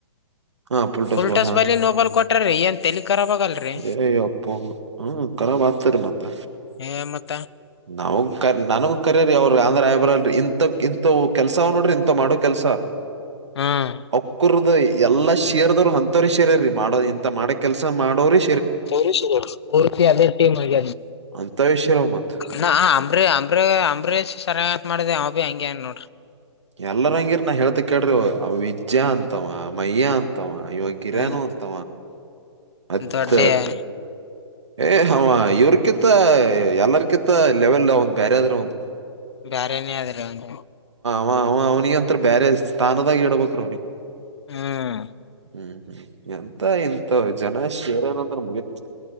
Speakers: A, on the right; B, on the left.
A: ಹಾ ಪುಲ್ಟೋಸ್
B: ಫುಲ್
A: ಬಾಲ್
B: ಟಸ್
A: ಹಾ
B: ಬಾಲ ನೋಬಾಲ್ ಕೊಟ್ರೀ ಎ ಕರಪಾಗಲ್ ರೀ
A: ಏ ಅಪ್ಪು ಹ್ಮ ಕರಾಬ್ ಆಗ್ತಾರ ಮತ್ತ
B: ಹೇಮತ್
A: ನಾವಗ್ ಕ ನನಗ ಕರಿ್ರರಿ ಅವ್ರ ಅಂದ್ರ ಆಯಬ್ರಲ್ರಿ ಇಂಥ ಇಂಂತ ಕೆಲ್ಸ ಅವ ನೋಡ್ರಿ ಇಂಥ ಮಾಡೋ ಕೆಲ್ಸ
B: ಹ್ಮ್
A: ಅವಕ್ಕರ್ದು ಎಲ್ಲಾ ಶೇರ್ದರು ಅಂತರಿ ಶೀರ್ರೀ ಮಾಡ ಇ ಮಾಡ ಕೆಲ್ಸ ಮಾಡೋ್ರರಿ
B: ಪರ್ಷ ಅದ ೀಗ
A: ಅಂತವೇ ಶೇರ್ಯಾವ್ ಮತ್
B: ನ ಅಂಬ್ರೀ ಅಂಬ್ರೀ ಅಂಬರೀ್ ಸರಯತ್ ಮಾಡಿದೆ ಅವ ಭಿ ಹಂಗಗೆ ಏನ್ ನೋಡ್ರಿ
A: ಎಲ್ಲರ ಹಂಗಿರ ನಾ ಹೇಳ್ತ ಕೇಳಿ ವಜಿದ್ಯ ಅಂತ ಮಯ್ಯ ಅಂತ ಅಯ ಗಿರನು
B: ಹ್ಮ್
A: ತ ಅತ್ತ
B: ದೊಡ್ಡ
A: ಏ್ ಹ ಇವ್ರಕಿಂತ ಎಲ್ಲರ್ಕಿಂತ ಲೆವೆಲ್ ಅವ್ ಬೇರೆ ಆದ್ರೂ ಅವನ್
B: ಬೇರೆ ನೇ ಅ್ರ ಒಂದು
A: ಹ ಅವ್ನಿಗೆ ಅಂತತ್ರ ಬೇರೆ ಸ್ಥಾನದಾಗ ಇಡ್ಬೇಕ್ರ ಅವ್ನಿಗೆ
B: ಹ್ಮ್
A: ಹ್ಮ್ ಹ್ಮ್ ಎಂತ ಇಂತ ಜನ ಶೇರಏನಂದ್ರ ಮುಗತ್